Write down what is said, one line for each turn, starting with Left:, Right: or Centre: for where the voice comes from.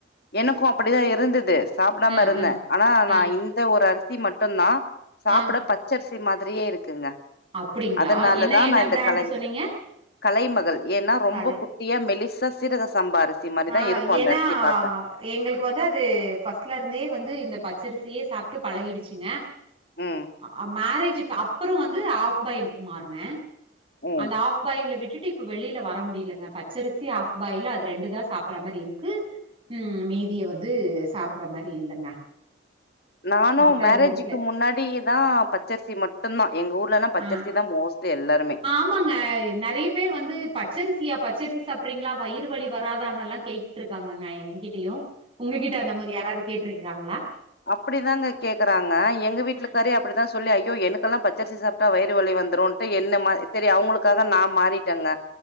Left: எனக்கும் அப்படிதான் இருந்தது சாப்பிடாம
Right: ஆ
Left: இருந்தேன்
Right: ஆ
Left: ஆனா
Right: ஆ
Left: நான் இந் ஒரு அரிசி மட்டுந்தான் சாப்பிட
Right: ஆ
Left: பச்சரிசி மாதிரியே இருக்குதுங்க
Right: அப்டிங்களா
Left: அதனாலதான்
Right: என்ன என்ன
Left: நான் இந்த
Right: பிராண்டு
Left: கலை
Right: சொன்னீங்க
Left: கலைமகள் ஏன்னா ரொம்ப
Right: காலை
Left: குட்டியா மெலிசா சீரக சம்பா அரிசி மாரிதான்
Right: ஆ
Left: இருக்கும் அந்த
Right: ஏன்னா
Left: அரிசிய பாக்க
Right: எங்களுக்கு வந்து அது ஃபர்ஸ்ட்ல இருந்தே வந்து இந்த பச்சரிசியே சாப்பிட்டு பழகிடுச்சுங்க
Left: ம்
Right: அ மேரேஜுக்கு அப்புறம் வந்து ஆப் பாய்லுக்கு மாறுனேன்
Left: ம்
Right: அந்த ஆப் ஆ ஃப் பாய்ல விட்டுட்டு இப்ப வெளியில வர முடியலங்க பச்சரிசி ஆஃப் பாயில் அந்த ரெண்டு தான் சாப்பற மாதிரி இருக்கு உஹம் மீதிய வந்து சாப்பற மாதிரி இல்லங்க
Left: நானும்
Right: சாப்ட
Left: மேரேஜக்கு
Right: புடிக்கல
Left: முன்னாடிதான் பச்சரிசி மட்டும்தான் எங்க ஊர்லல்லாம் ப பச்சரிசி
Right: ஆ ஆ
Left: தான் மோஸ்ட்லி எல்லாருமே
Right: ஆமாங்க நெறைய பேர் வந்து பச்சரிசியா பச்சரிசி சாப்பறீங்களா வயிறு வலி வராதானெல் லாம் கேட்டுரு காங்கங்க எங்கிட்டயும் உங்ககிட்ட அந்த மாதிரி யாராது கேட்டுருக்காங்களா
Left: அப்படிதாங்க கேக்குறாங்க எங்க வீட்டுலக்
Right: ஆ.
Left: கறி அப்படித்தான் சொல்லி ஐயோ எனக்கெல்லாம் பச்சரிசி சாப்பிட்டா வயிறு வலி வந்துருண்டு என்ன மா செரி அவங்களுக்காக நான் மாறிட்டேங்க